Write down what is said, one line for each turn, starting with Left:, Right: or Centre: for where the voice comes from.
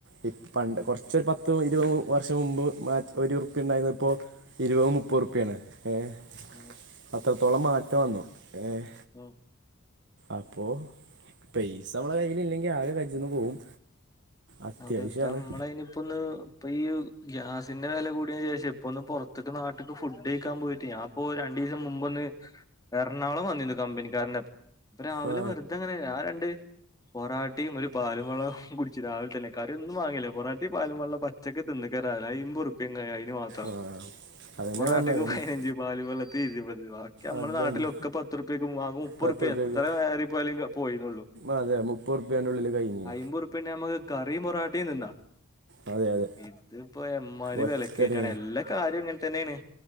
Right: ഈ പണ്ട് കുറച്ചൊരു പത്ത് ഇരുപതും വർഷം മുമ്പ് മ ഒരു റുപ്യ ഉണ്ടായിരുന്നപ്പോ ഇരുപതും മുപ്പത് റുപ്പ്യ ആണ് ഏഹ്
Left: ഉം
Right: അത്രത്തോളം മാറ്റം വന്നു ഏഹ്
Left: ഉം
Right: അപ്പോ പൈസ നമ്മളെ കയ്യിൽ ഇല്ലെങ്കിൽ ആകെ കജിന്ന് പോവും അത്യാവശ്യമാണ്
Left: അതിപ്പം നമ്മളയില് ഇപ്പൊന്ന് ഇപ്പൊ ഈ ഗ്യാസിന്റെ വില കൂടിയശേഷേ ഇപ്പൊന്ന് പുറത്തേക്ക നാട്ടിക്ക് ഫുഡ് കഴിക്കാൻ പോയിട്ട് ഞാ ഓഹ് രണ്ടു ദിവസം മുമ്പ് ഒന്ന് എറണാകുളം വന്നിരുന്നു കമ്പനിക്കാരന്റൊപ്പം രാവിലെ
Right: ആ
Left: വെറുതെ അങ്ങനെ ഞാൻ രണ്ട് പൊറാട്ടിയും ഒരു പാലും വെള്ളം കുടിച്ചു രാവി കറിയൊന്നും വാങ്ങിയില്ല പൊറോട്ടിയും പാലും വെള്ളോം പച്ചക്ക് തിന്ന്ക്കാരാ ആയിമ്പത് റു പിന്നേ അയിന് മാത്രം
Right: ആ അതന്നെ
Left: പോറാട്ടക്ക്
Right: പറഞ്ഞത്
Left: പതിനഞ്ച് പാലും വെള്ളത്തിനു ഇരുപത് നമ്മുടെ
Right: അതന്നെ
Left: നാട്ടിലൊക്കെ പത്ത്റുപ്പ്യക്കും വാങ്ങും മുപ്പത്
Right: പത്ത്
Left: റുപ്യ
Right: ഉറുപ്പ്യക്ക്
Left: എത്ര യേറി പോയാലും പോയിന്നുള്ളു
Right: അതെ മുപ്പതുറുപ്പ്യേൻന്റുള്ളില് കഴിഞ്ഞ്
Left: അമ്പത്റുപ്പ്യ ഇണ്ടേ നമുക്ക് കറിയും പൊറാട്ടയും തിന്നാ
Right: അതെ അതെ
Left: ഇതിപ്പോ എമ്മാരി
Right: ഒറ്റടി
Left: വെലക്കയറ്റാണ് എല്ലാ കാര്യം ഇങ്ങനെ തന്നെയാണ്